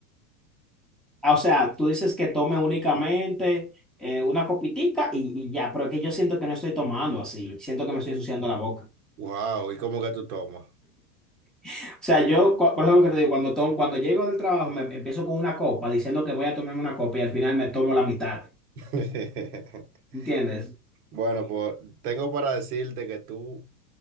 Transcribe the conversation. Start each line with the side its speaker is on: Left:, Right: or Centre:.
Centre: Ah, O sea, tú dices que tome únicamente eh, una copitica y, y ya, pero es que yo siento que no estoy tomando así, siento que me estoy ensuciando la boca.
Right: Wow, ¿y cómo que tú tomas?
Centre: O sea, yo, cua- por ejemplo, que te digo, cuando, tomo, cuando llego del trabajo me empiezo con una copa diciendo que voy a tomarme una copa y al final me tomo la mitad,
Right: <laughs>
Centre: ¿entiendes?
Right: Bueno, pues tengo para decirte que tú